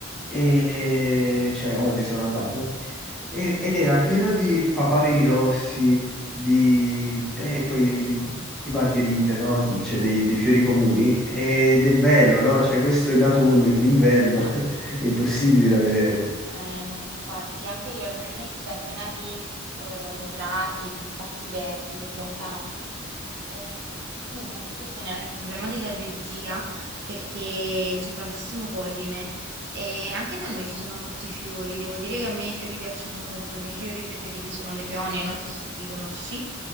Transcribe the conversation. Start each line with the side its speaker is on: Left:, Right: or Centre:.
Centre: e cioè oggi sono andato e- ed era pieno di papaveri rossi, di, e poi di, di margherite, no? Cioè dei, dei fiori comuni ed è bello, no? Cioè questo in autunno, in inverno <laughs> è impossibile da vedere.
Right: Eh, no, infatti, anche io la mia università è piena di, eh, di prati e di spazi verdi perché è un campus e anche lì molte persone hanno il problema dell'allergia perché c'è tantissimo polline e anche da noi ci sono molti fiori, devo dire che a me i fiori piacciono molto, i miei fiori preferiti sono le peonie, non so se tu li conosci,